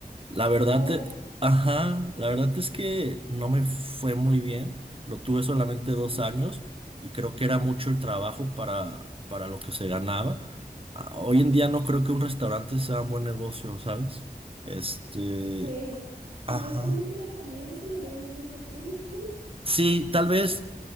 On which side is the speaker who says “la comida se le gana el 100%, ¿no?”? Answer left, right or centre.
Right